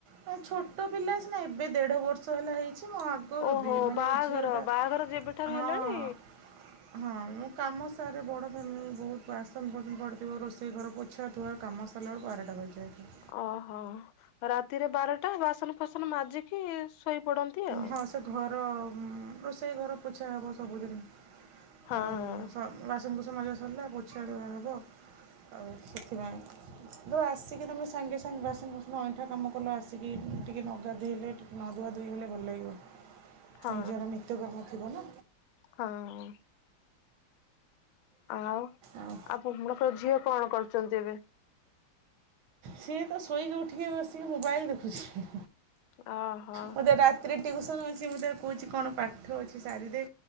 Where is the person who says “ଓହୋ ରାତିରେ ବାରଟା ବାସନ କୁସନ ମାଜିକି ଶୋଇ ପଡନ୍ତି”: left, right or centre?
Left